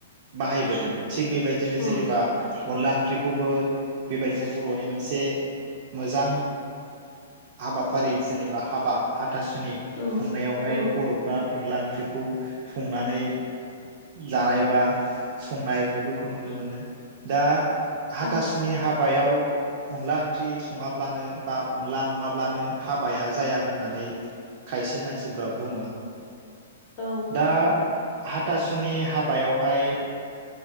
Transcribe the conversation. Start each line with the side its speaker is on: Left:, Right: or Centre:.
Right: बाहायबोदों। थिग बेबायदिनो
Left: औ
Right: जेनेबा अनला ओंख्रिखौ खौबो बेबायदिनो बर'नि मोनसे मोजां हाबाफारि जेनेबा हाबा हा हाथासुनि
Left: औ
Right: खुंनायावहाय
Left: औ
Right: बर'फ्रा अनला ओंख्रिखौ संनानै जानाय बा संनाय बेफोरखौ नुनो मोनो दा हाथासुनि
Left: औ
Right: हाबायाव अनला ओंख्रि संङाब्लानो बा अनला नङाब्लानो हाबाया जाया होननानै खायसे मानसिफोरा बुङो
Left: औ
Right: दा हाथासुनि हाबायावहाय